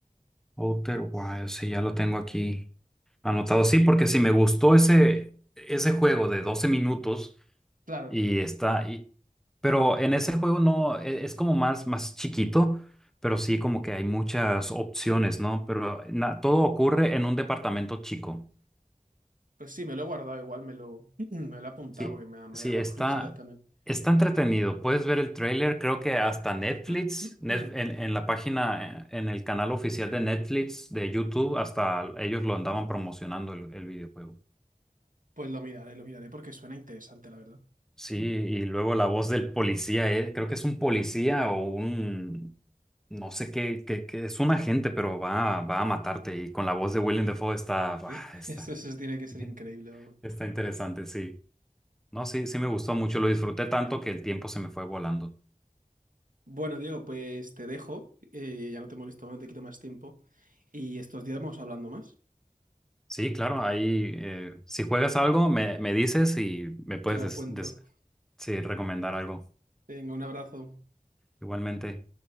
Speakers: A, in the centre; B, on the right.
A: Outer Wilds, sí, ya lo tengo aquí anotado. Sí, porque sí me gustó ese, ese juego de doce minutos
B: Claro,
A: y está ahí. Pero en ese juego no, e- es como más, más chiquito, pero sí como que hay muchas opciones, ¿no? Pero na- todo ocurre en un departamento chico.
B: Pues sí, me lo he guardado igual, me lo, <clears throat> me lo he apuntado
A: Sí,
B: porque me ha, me
A: sí,
B: ha dado
A: está,
B: curiosidad también.
A: está entretenido. Puedes ver el tráiler, creo que hasta Netflix,
B: <clears throat>
A: net- en, en la página, eh, en el canal oficial de Netflix, de YouTube, hasta ellos lo andaban promocionando el, el videojuego.
B: Pues lo miraré, lo miraré porque suena interesante, la verdad.
A: Sí, y luego la voz del policía, eh, creo que es un policía o un, no sé qué, qué, qué- es un agente, pero va, a- va a matarte. Y con la voz de Willem Dafoe está, bah,
B: <laughs>
A: está,
B: Eso, eso tiene que ser
A: <laughs>
B: increíble, vamos.
A: está interesante, sí. No, sí, sí me gustó mucho, lo disfruté tanto que el tiempo se me fue volando.
B: Bueno, Diego, pues te dejo, eh, ya no te molesto más, no te quito más tiempo. Y estos días vamos hablando más.
A: Sí, claro, ahí eh, si juegas algo, me, me dices y me puedes
B: Te lo
A: des-
B: cuento.
A: des- sí, recomendar algo.
B: Venga, un abrazo.
A: Igualmente.